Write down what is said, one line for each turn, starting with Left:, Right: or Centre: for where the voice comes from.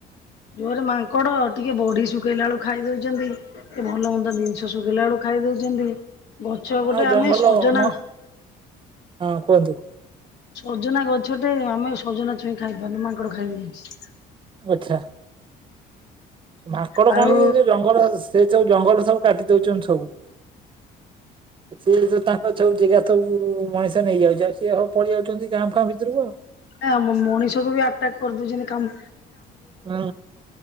Left: ଜୋରେ ମାଙ୍କଡ ଟିକେ ବଢି ଶୁଖେଇଲାଳକୁ ଖାଇ ଦୋଉଚନ୍ତି। ଏ ଭଲ ମନ୍ଦ ଜିନିଷ ଶୁଖେଇଲା ବେଳୁ ଖାଇ ଦୋଉଚନ୍ତି ଗଛ
Right: ହଁ
Left: ଗୋଟେ ଆମେ
Right: ଜଙ୍ଗଲ
Left: ସଜନା
Right: ମ ହଁ କୁହନ୍ତୁ।
Left: ସଜନା ଗଛଟେ ଆମେ ସଜନା ଛୁଇଁ ଖାଇ ପାରୁନୁ ମାଙ୍କଡ ଖାଇଦୋଉଚନ୍ତି।
Right: ଆଛା। ମାଙ୍କଡ
Left: ଆଉ
Right: କଣ କି ସେ ଯୋଉ ଜଙ୍ଗଲ ସେ ଯୋଉ ସବୁ ଜଙ୍ଗଲ ସବୁ କାଟି ଦୋଉଚନ୍ତି ସବୁ। ସିଏ ତ ତାଙ୍କ ସବୁ ଜାଗା ସବୁ ମଣିଷ ନେଇଯାଉଚି ଆଉ ସିଏ ସବୁ ପଳେଇ ଯାଉଛନ୍ତି ଗାଁ ଫାଁ ଭିତରକୁ ଆଉ।
Left: ନା ମ୍-ମ୍-ମଣିଷକୁ ବି ଆଟାକ୍ କରିଦୋଉଚନ୍ତି କାମ୍
Right: ହୁଁ